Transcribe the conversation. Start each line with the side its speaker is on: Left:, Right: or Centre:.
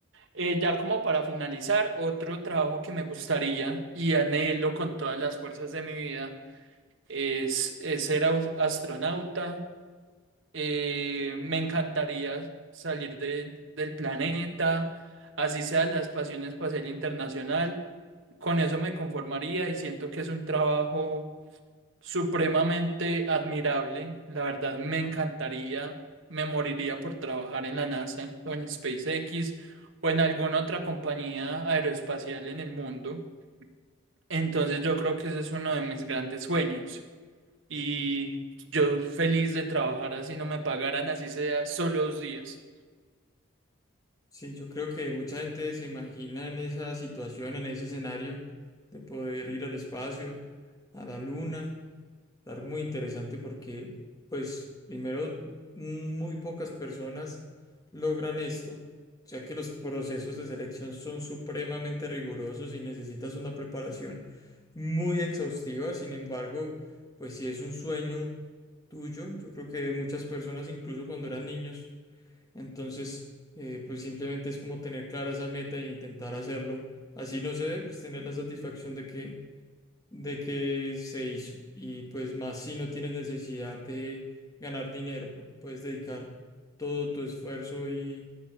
Right: eh, ya como para finalizar, otro trabajo que me gustaría y anhelo con todas las fuerzas de mi vida es, es ser aus- astronauta. Eh, me encantaría salir de- del planeta, así sea la Pasión Espacial Internacional. Con eso me conformaría y siento que es un trabajo supremamente admirable. La verdad, me encantaría, me moriría por trabajar en la NASA o en SpaceX o en alguna otra compañía aeroespacial en el mundo. Entonces yo creo que ese es uno de mis grandes sueños y yo feliz de trabajar así no me pagaran, así sea solo dos días.
Left: Sí, yo creo que mucha gente se imagina en esa situación, en ese escenario, de poder ir al espacio, a la luna Algo muy interesante porque, pues, primero, mm, muy pocas personas logran esto, ya que los procesos de selección son supremamente rigurosos y necesitas una preparación muy exhaustiva. Sin embargo, pues, si es un sueño tuyo, yo creo que de muchas personas, incluso cuando eran niños, entonces, eh, pues, simplemente es como tener clara esa meta e intentar hacerlo. Así, no sé, pues, tener la satisfacción de que de que se hizo. Y pues más si no tienes necesidad de ganar dinero, porque puedes dedicar todo tu esfuerzo y,